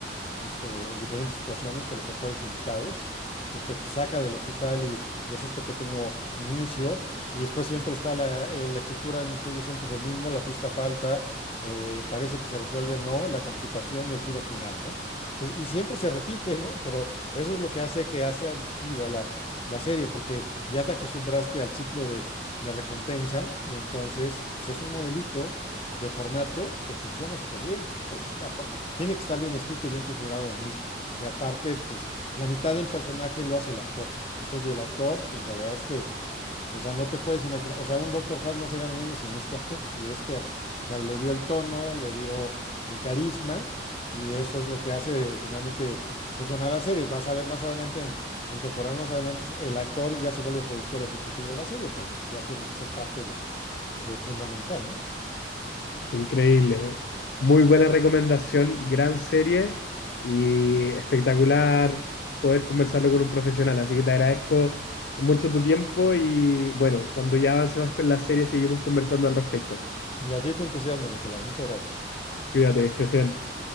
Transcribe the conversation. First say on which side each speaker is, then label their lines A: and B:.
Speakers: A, on the left (about 30°); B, on the left (about 65°).
A: este, en diferentes situaciones con los actores invitados. Entonces, que te saca del hospital y ves este pequeño inicio, y después siempre está la, eh, la estructura del misterio, siempre es el mismo, la pista falsa, eh, parece que se resuelve, no, la complicación y el giro final, ¿no? Entonces, y siempre se repite, ¿no? Pero eso es lo que hace que hace adictiva la, la serie, porque ya te acostumbraste al ciclo de, de recompensa, y entonces pues, es un modelito de formato que funciona súper bien, porque está, tiene que estar bien escrito y bien configurado de inicio. Y aparte, pues la mitad del personaje lo hace el actor. Entonces, y el actor, pues la verdad es que, o sea, no te puedes imaginar, o sea, un Doctor House no sería lo mismo sin este actor. Y este, ac- o sea, le dio el tono, le dio el carisma, y eso es lo que hace finalmente funcionar la serie. Vas a ver más adelante, en, en temporadas más adelante, el actor ya se vuelve productor ejecutivo de la serie, porque pues ya tiene que ser parte del, eh, fundamental, ¿no?
B: Qué increíble. Muy buena recomendación, gran serie y espectacular poder conversarlo con un profesional. Así que te agradezco mucho tu tiempo y bueno, cuando ya avancemos con la serie seguimos conversando al respecto.
A: Y a ti tu entusiasmo, Nicolás. Muchas gracias.
B: Cuídate, Estefan.